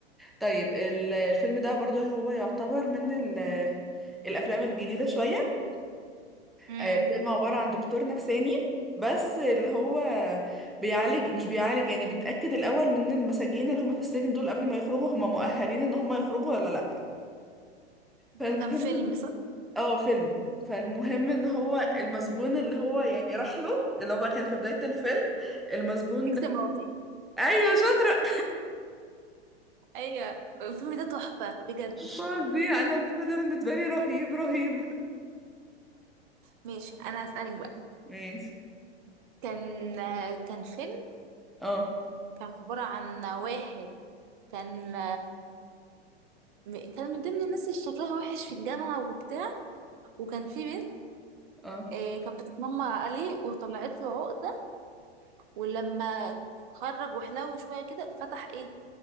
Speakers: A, in the centre; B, on the right.
A: طيب ال- الفيلم ده برضه هو يعتبر من ال- الافلام الجديده شويه
B: امم
A: آه، الفيلم عباره عن دكتور نفساني بس اللي هو بيعالج مش بيعالج يعني بيتاكد الاول من المساجين اللي هم في السجن دول قبل ما يخرجوا هم مؤهلين ان هم يخرجوا ولا لا فالمهم
B: ده كان فيلم صح؟
A: اه فيلم فالمهم ان هو المسجون اللي هو يعني راح له اللي هو بقى كان في بدايه الفيلم المسجون
B: اكس
A: ده
B: مراتي
A: ايوه شاطره
B: ايوه الفيلم ده تحفة بجد
A: فظيع انا الفيلم ده بالنسبه لي رهيب رهيب
B: ماشي انا هسألك بقى
A: ماشي
B: كان كان فيلم
A: اه
B: كان عبارة عن واحد كان م- كان من ضمن الناس اللي شكلها وحش في الجامعة وبتاع وكان في بنت
A: اه
B: آه، كانت بتتنمر عليه وطلعت له عقدة ولما اتخرج وحلو شوية كده فتح ايه